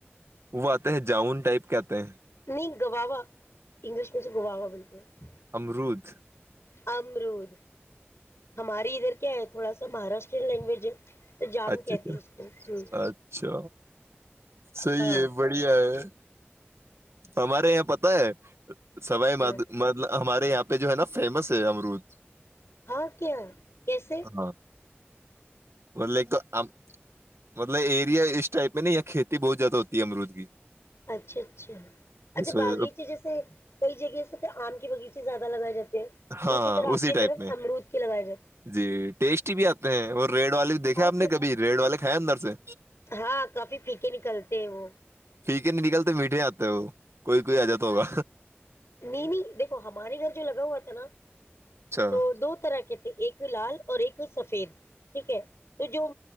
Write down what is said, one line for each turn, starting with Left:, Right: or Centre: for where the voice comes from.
Right: وہ آتے ہیں جاؤن ٹائپ کے آتے ہیں
Left: نہیں گواہوا انگلش میں سے گواہوا بنتے ہیں
Right: امرود
Left: امرود ہماری ادھر کیا ہے تھوڑا سا مہاراشٹرین لینگویج ہے تو جام
Right: اچھا
Left: کہتے ہیں
Right: اچھا
Left: اس کو ہوں
Right: صحیح
Left: ہاں
Right: ہے بڑھیا ہے ہمارے یہاں پت ہے سبائی
Left: ہاں
Right: مطلب ہمارے یہاں پہ جو ہے نا فیمس ہے امرود
Left: ہاں کیا کیسے
Right: ہاں مطلب ایک تو مطلب ایریا اس ٹائپ میں نہیں کھیتی بہت زیادہ ہوتی ہے امرود کی
Left: اچھا اچھا اچھا
Right: اس وجہ
Left: باغیچے
Right: سے
Left: جیسے کئی جگہ جے آم کے باغیچے زیادہ لگائے جاتے ہیں
Right: ہاں ہاں
Left: طرح آپ
Right: اسی
Left: کی
Right: ٹائپ
Left: طرف
Right: میں
Left: امرود کے لگائے جاتے
Right: جی ٹیسٹی بھی آتے ہیں اور ریڈ والے
Left: ہیں؟
Right: دیکھے
Left: ہاں
Right: آپ نے
Left: کیا
Right: کبھی ریڈ والے کھائے اندر سے
Left: ہاں کافی پھیکے نکلتے ہیں وہ
Right: پھ کے نہیں نکلتے میٹھے آتے وہ کوئی کوئی آ جاتا ہوگا
Left: نہیں نہیں دیکھو ہمارے گھر جو لگا ہوا تھا نا
Right: اچھا
Left: تو دو طرح کے ایک ایک لال اور ایک سفید ٹھیک ہے تو جو